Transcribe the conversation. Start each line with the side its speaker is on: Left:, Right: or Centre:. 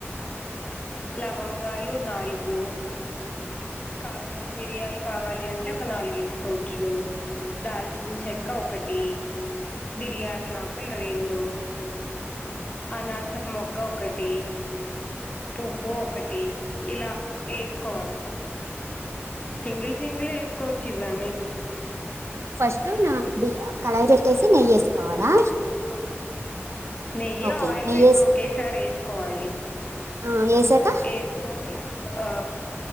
Left: లవంగాలు నాలుగు కావాలి మిరియాలు కావాలి అంటే ఒక నాలుగు ఏసుకోవచ్చు దాల్చిన్ చెక్క ఒకటి బిర్యానీ ఆకులు రెండు అనాసప్ మొగ్గ ఒకటి పువ్వు ఒకటి ఇలా ఏసుకోవాలి సింగిల్ సింగిల్ ఏసుకోవచ్చు ఇవన్నీ
Right: ఫస్ట్ నా బి కళాయి పెట్టేసి నెయ్యి ఏసుకోవాలా
Left: ఆ నెయ్యి
Right: ఓకే
Left: ఆయిల్
Right: నెయ్యి
Left: రెండు
Right: వేసి
Left: ఒకేసారి ఏసుకోవాలి
Right: ఆ, వేసాక
Left: ఏస్కొని ఆ